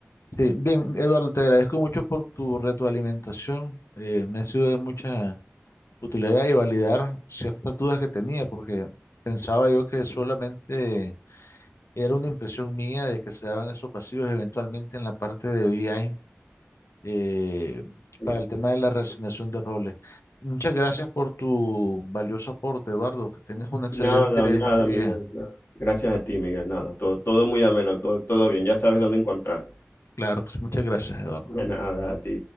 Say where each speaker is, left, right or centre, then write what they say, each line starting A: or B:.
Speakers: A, on the left; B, on the left.
A: Sí, bien, Eduardo, te agradezco mucho por tu retroalimentación. eh, me ha sido de mucha utilidad y validar ciertas dudas que tenía, porque pensaba yo que solamente Era una impresión mía de que se daban esos vacíos eventualmente en la parte de BI eh,
B: Sí.
A: para el tema de la reasignación de roles. Muchas gracias por tu valioso aporte, Eduardo. Que tengas un excelente
B: Nada, nada,
A: día.
B: Miguel. nada. Gracias a ti, Miguel. Nada, todo, todo muy ameno, todo, todo bien. Ya sabes dónde encontrarme.
A: Claro, que sí, muchas gracias, Eduardo.
B: De nada, a ti.